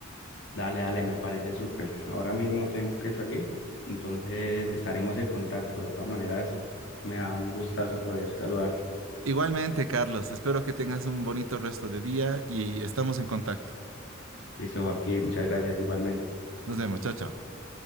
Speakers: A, on the left; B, on the right.
A: Dale, dale, me parece súper. Ahora mismo tengo que salir, entonces estaremos en contacto. De todas maneras, me da un gustazo poder saludarte.
B: Igualmente, Carlos, espero que tengas un bonito resto de día y estamos en contacto.
A: Listo, Joaquín, muchas gracias igualmente.
B: Nos vemos, chao, chao.